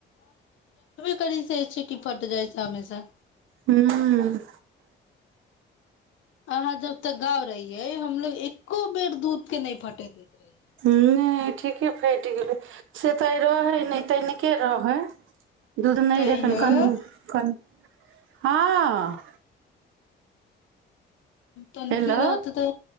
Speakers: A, on the left (about 75°); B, on the right (about 80°).
A: की करैत से छी की फट जाइत छै हमेसा
B: हूँ
A: अहाँ जब तक गाँव रहियै हमलोग एको बेर दूधकेँ नहि फटैय दैत रहियै
B: नहि ठीके फाटि गेलैय से तऽ आय रहैय नहि तनिके रहैय दूध नहि
A: तैयो
B: रहैय एखन कनी
A: अभी
B: कन हँ
A: तनकी
B: हेलो
A: रहतै तऽ